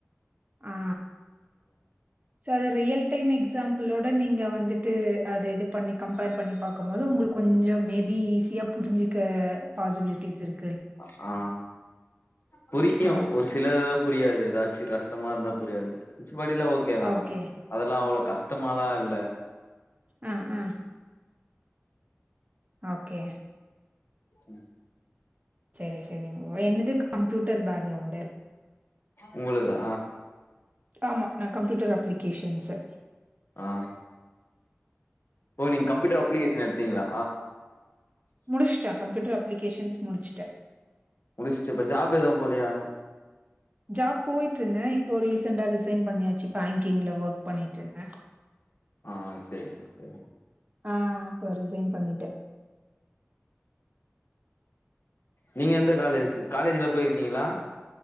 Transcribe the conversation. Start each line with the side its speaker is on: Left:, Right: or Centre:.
Right: ஆ ச அது ரியல் டைம் எக்ஸாம்பிளோட நீங்க வந்துட்டு அது இது பண்ணி கம்பேர் பண்ணி பாக்கும்போது உங்களுக்கு கொஞ்சோ மேப் பி ஈஸியா புரிஞ்சிக்க பாசிபிலிட்டிஸ் இருக்
Left: அ ஆ புரியூ
Right: ஆ.
Left: ஒரு சில புரியாது எதாச்சு கஷ்டமார்ந்தா புரியாது த் படியிலா ஓகேதா
Right: ஓகே.
Left: அதெல்லா அவ்ளோ கஷ்டமாலா இல்ல
Right: அ ஆ ஓகே
Left: ம்
Right: செரி செரிங் என்னுது கம்ப்யூட்டர் பேக்ரௌண்டு
Left: உங்களுதா
Right: ஆமா நா கம்ப்யூட்டர் அப்ளிகேஷன்ஸு
Left: ஆ ஓ நீங்க கம்ப்யூட்டர் அப்ளிகேஷன் எடுத்தீங்ளா
Right: முடிச்சுட்டேன். கம்ப்யூட்டர் அப்ளிகேஷன்ஸ் முடிச்சுட்டேன்.
Left: முடிச்ட்டு இப்ப ஜாப் எதா போலியா
Right: ஜாப் போயிட்ருந்தே இப்போ ரீசண்ட்டா ரிசைன் பண்ணியா ச்சி பேங்கிங்ல ஒர்க் பண்ணிட்ருந்த
Left: ஆ செரிங்ஸ்ட
Right: ஆ அப்போ ரிசைன் பண்ணிட்டே
Left: நீங்க எந்த காலேஜுப் காலேஜ்லா போயிருக்கீங்ளா